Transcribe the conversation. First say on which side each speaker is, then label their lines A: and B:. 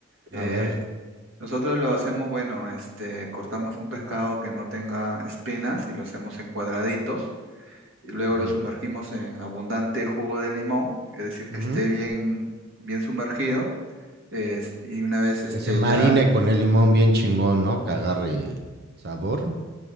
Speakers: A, on the right; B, on the right.
A: Eh,
B: A ver.
A: nosotros lo hacemos, bueno, este, cortamos un pescado que no tenga espinas y lo hacemos en cuadraditos y luego
B: ujú,
A: lo sumergimos en abundante jugo de limón, es decir,
B: ujú.
A: que esté bien, bien sumergido, es- y una vez este
B: Que se marine
A: ya,
B: con el limón bien chingón, ¿no? Que agarre sabor